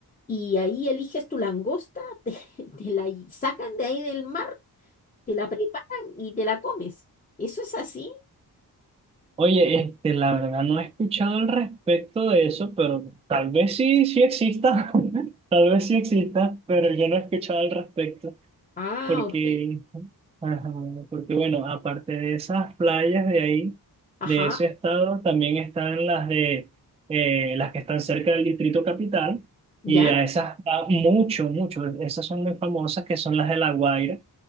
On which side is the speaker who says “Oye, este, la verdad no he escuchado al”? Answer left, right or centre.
Right